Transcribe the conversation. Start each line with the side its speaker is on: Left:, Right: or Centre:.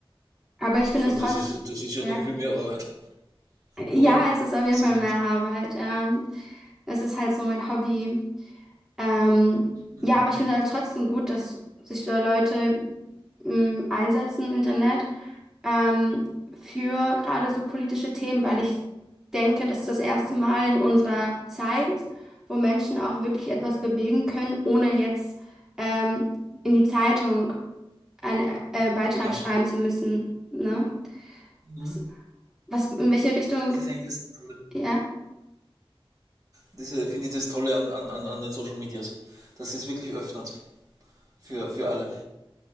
Centre: Aber ich finde
Right: Vor
Centre: es
Right: allem,
Centre: trotzdem,
Right: das ist, das ist ja
Centre: ja.
Right: noch viel mehr Arbeit,
Centre: Ja,
Right: oder?
Centre: es ist auf jeden
Right: Ist
Centre: Fall
Right: das nicht?
Centre: mehr Arbeit. Ja. Es ist halt so mein Hobby. Ähm,
Right: Mhm.
Centre: ja, aber ich finde halt trotzdem gut, dass sich da Leute mh, einsetzen im Internet ähm, für gerade so politische Themen, weil ich denke, das ist das erste Mal in unserer Zeit, wo Menschen auch wirklich etwas bewegen können, ohne jetzt ähm, in die Zeitung einen äh, Beitrag
Right: Genau.
Centre: schreiben zu müssen. Ne?
Right: Mhm.
Centre: Das, was, in welche Richtung,
Right: Das ist eigentlich das Tolle.
Centre: ja?
Right: Das ist, äh, finde ich das Tolle an, an, an an den Social Medias, dass es wirklich öffnet. Für, für alle.